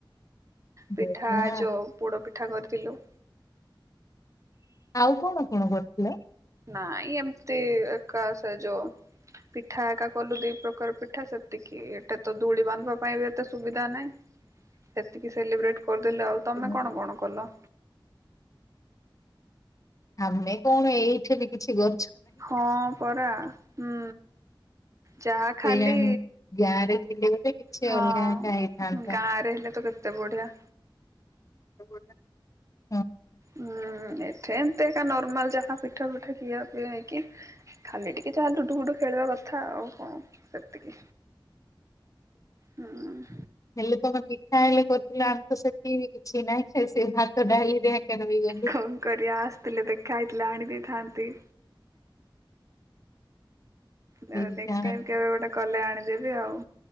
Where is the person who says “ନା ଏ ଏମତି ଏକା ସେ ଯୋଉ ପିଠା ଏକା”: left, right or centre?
Right